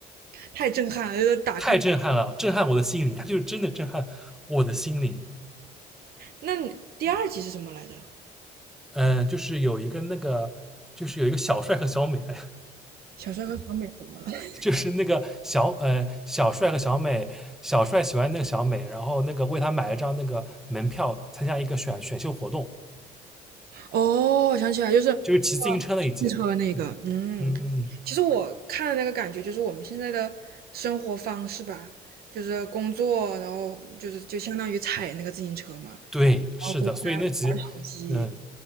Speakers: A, on the right (about 65°); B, in the centre.
A: 太震撼了，就是打开。
B: 太震撼了，震撼我的心灵，它就是真的震撼我的心灵，
A: 那你第二集是什么来着？
B: 嗯，就是有一个那个就是有一个小帅和小美，<laughs> 哎
A: 小帅和小美怎么了？<laughs>
B: 就是那个小呃小帅和小美，小帅喜欢那个小美，然后那个为他买一张那个门票，参加一个选选秀活动，
A: 哦，我想起来，就是
B: 就是骑自行车那一集。
A: 汽车那个，嗯，
B: 嗯，嗯嗯
A: 其实我看的那个感觉就是我们现在的生活方式吧，就是工作，然后就是就相当于踩那个自行车嘛，然后回家玩手机，
B: 对，是的，所以那集嗯